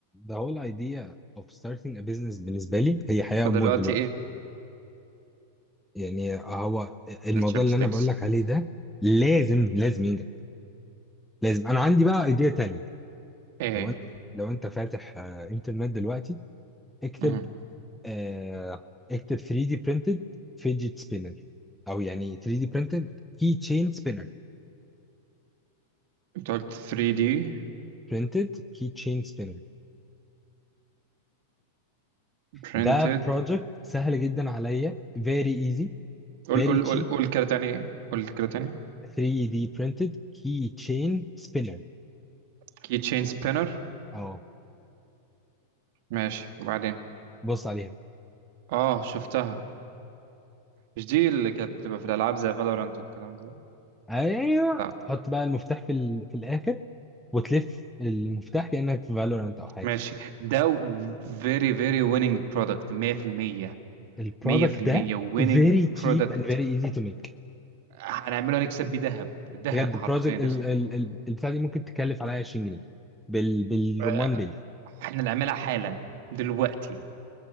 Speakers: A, in the centre; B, on the right.
A: The whole idea of starting a business بالنسبة لي هي حياة
B: فدلوقتي
A: وموت دلوقتي
B: ايه
A: يعني هو الموضوع
B: الشيبستكس
A: اللي أنا بقول لك عليه ده لازم لازم ينجح لازم أنا عندي بقى ايديا تانية
B: ايه
A: لو
B: هي
A: أنت لو أنت فاتح آه، إنترنت دلوقتي اكتب
B: مهم.
A: آه، اكتب 3D printed fidget spinner أو يعني 3D printed key chain spinner
B: انت قلت 3D
A: printed key chain spinner
B: printed
A: ده project سهل جدا عليا very easy
B: قول
A: very
B: قول قول
A: cheap
B: قول كده تاني قول كده تاني
A: 3D printed key chain spinner
B: كي تشين سبينر
A: اه
B: ماشي وبعدين
A: بص عليها
B: اه شفتها مش دي اللي كانت بتبقى في الالعاب زي فالورانت والكلام ده
A: ايوه
B: لا
A: تحط بقى المفتاح في ال... في الاخر وتلف المفتاح كانك في فالورانت او حاجه
B: ماشي ده فيري فيري winning product 100%
A: البرودكت
B: 100%
A: ده
B: winning
A: very cheap
B: product
A: and very easy to make
B: هنعمله نكسب بيه ذهب ذهب
A: بجد البروجكت
B: حرفيا يا
A: ال...
B: اسطى.
A: ال... ال... البتاع دي ممكن تكلف عليا 20 جنيه بال... بالرمان
B: آه،
A: بيل
B: احنا نعملها حالا دلوقتي